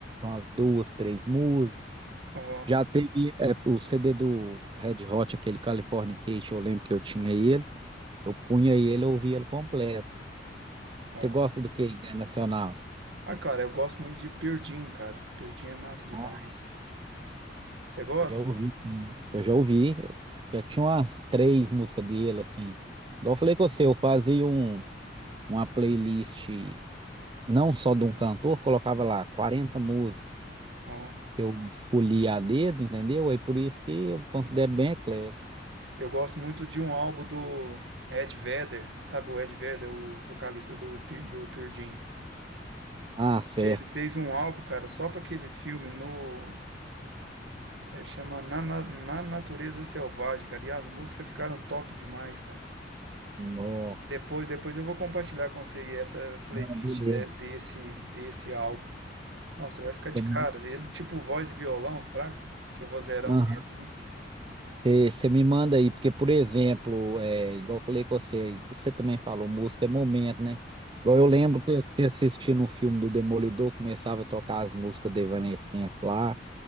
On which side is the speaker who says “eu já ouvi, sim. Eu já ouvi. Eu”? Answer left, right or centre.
Right